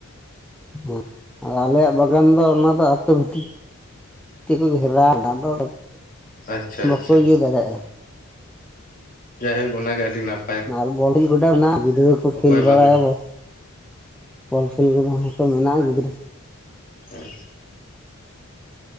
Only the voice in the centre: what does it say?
ᱦᱮ ᱟᱨ ᱟᱞᱮᱭᱟᱜ ᱵᱟᱜᱟᱱ ᱫᱚ ᱚᱱᱟ ᱫᱚ ᱟᱛᱩ ᱵᱷᱤᱛᱤᱨ ᱛᱮ ᱠᱚ ᱜᱷᱮᱨᱟ ᱚᱱᱟ ᱫᱚ
ᱵᱟᱠᱚ
ᱤᱭᱟᱹ ᱫᱟᱲᱮᱭᱟᱜᱼᱟ
ᱟᱨ ᱵᱚᱞ ᱜᱚᱰᱟ ᱢᱮᱱᱟᱜ ᱟ ᱜᱤᱫᱽᱨᱟᱹ ᱠᱚ
ᱠᱷᱮᱞ ᱵᱟᱲᱟᱭᱟ
<unintelligible> ᱵᱚᱞ ᱠᱷᱮᱞ ᱨᱮᱫᱚᱛᱚ ᱢᱮᱱᱟᱜᱼᱟ ᱜᱤᱫᱽᱨᱟᱹ᱾